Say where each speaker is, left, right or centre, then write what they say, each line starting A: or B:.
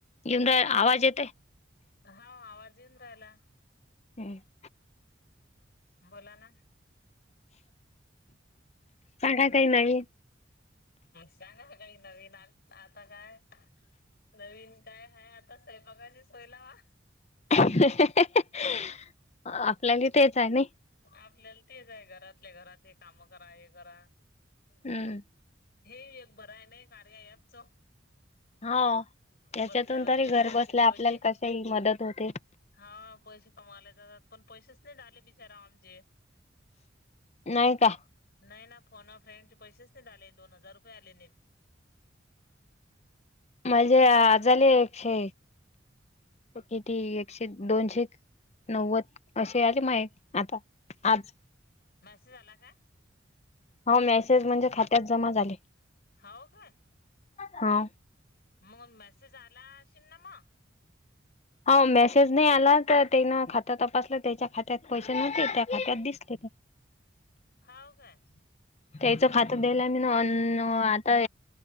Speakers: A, on the left; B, on the left.
A: येवून रा, आवाज येतंय
B: हा, आवाज येऊन राहिला.
A: हम्.
B: बोला ना.
A: सांगाय काही नाही.
B: सांगा काही नवीन. आ आता काय? नवीन काय हाय? आता स्वयंपाकाची सोय लावा.
A: ही ही ही, आपल्याली तेच आहे नाही.
B: आपल्याला तेच आहे. घरातल्या घरात हे कामं करा, हे करा.
A: हम्म.
B: हे एक बरं आहे नाही, कार्या ॲपचं.
A: हां, ह्याच्यातून
B: बसल्या बसल्या
A: तरी घर
B: जरासे
A: बसल्या
B: पैसे
A: आपल्याला कसही मदत होते.
B: हा पैसे कमावले जातात, पण पैसेच नाहीत आले बिचाराव आमचे.
A: नाहीय का?
B: नाही ना, फोन अ फ्रेंडचे पैसेच नाहीत आले. दोन हजार रुपये आले नाहीत.
A: माझे आज आले एकशे किती एकशे, दोनशे नव्वद असे आले, माय आता आज.
B: मेसेज आला काय?
A: हो. मेसेज म्हणजे खात्यात जमा झाले.
B: हाऊ का?
A: हां.
B: म्हणून मेसेज आला अशील, ना मग.
A: हाऊ मेसेज नाही आला तर तेन खातं तपासलं त्याच्या खात्यात पैसे नव्हते त्या खात्यात दिसले.
B: हाव काय?
A: त्यायचं खातं द्याला मी ना आता